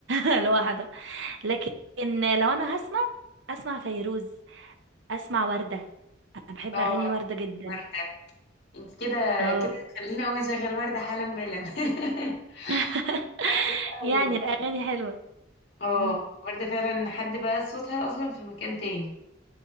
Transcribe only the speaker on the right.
<laughs> لوحده لكن لو انا هسمع اسمع فيروز اسمع وردة انا بحب
اغاني وردة جدا
اه
<laughs>
يعني
الاغاني حلوة
إمم.